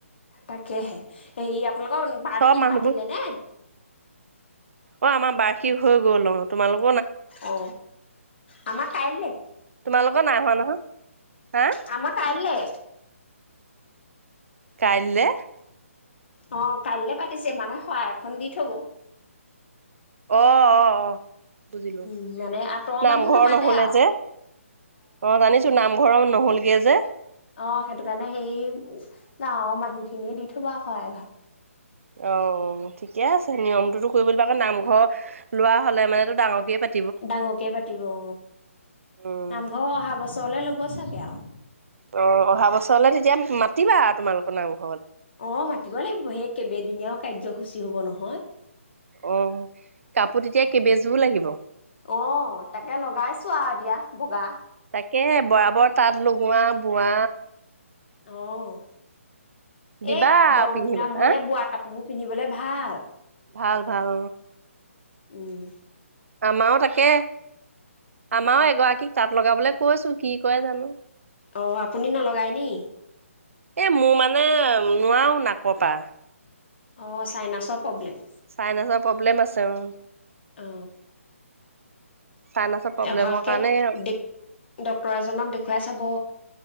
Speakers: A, on the left; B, on the right.
A: তাকেহে এই। আপোনালোকৰ বাৰ্ষিক
B: চব মানুহবোৰ
A: পাতিলে নে।
B: অঁ আমাৰ বাৰ্ষিক হৈ গ'ল অঁ তোমালোক
A: অ আমা খাইলে
B: তোমালোকৰ নাই হোৱা নহয় হা
A: আম খাইলে
B: কাইলৈ
A: অ কাইলে পাতিছে মানে সহায় এখন দি থব
B: আহ আহ আহ ু
A: উম, মানে আঁতৰৰ
B: নামঘৰ
A: মানুহ নামাতে
B: নহলে
A: আৰু।
B: যে অ জানিছো নাম ঘৰম নহ'লগে যে
A: অ সেইটো কাৰণে সেই গাঁৱৰ মানুহখিনিয়ে দি থবক ভাল
B: অ ঠিকে আছে নিয়মটোতো কৰিবিব আকৌ নাম লোৱা হ'লে মানে তটো ডাঙৰকিয় পাতি
A: ডাঙৰকে পাতিব অ
B: উম
A: নামঘৰ অহা বছৰলে ল'ব চাগে আৰু
B: অ অহা বছৰলে তেতিয়া মাতিবা আৰু তোমালোক নো
A: অ ম তিব লাগিব সেই কেইবদিনীয়াও কাৰ্যসূচী হব নহয়
B: অ কাপোৰ তেতিয়া কেইবেজোৰ লাগিব
A: অ তাকে লগাইছো আৰু এতিয়া বগা
B: তাকে বৰাবৰ তাঁত লগোৱা বোৱা
A: আহ
B: দিবা
A: এ
B: আৰু
A: গৰম
B: পিন্ধিব
A: দিনত হলে
B: হা
A: বোৱা কাপোৰ বোৰ পিন্ধিবলে ভাল
B: ভাল ভাল
A: উম
B: আমাৰও তাকে আমাৰও এগৰাকীক তাঁত লগাবলে কৈছো কি শ কয় জানো
A: অ আপুনি নলগায় নি
B: এ মোৰ মানে নোৱাৰও নাকতা
A: অ চাইনাছৰ প্ৰব্লেম
B: চাইনেছৰ প্ৰব্লেম আছে উ
A: অ
B: চাইনাছৰ প্ৰব্লেমৰ
A: ভালকে
B: কাৰণে
A: দে ড্ক্তৰ এজনক দেখুৱাই চাব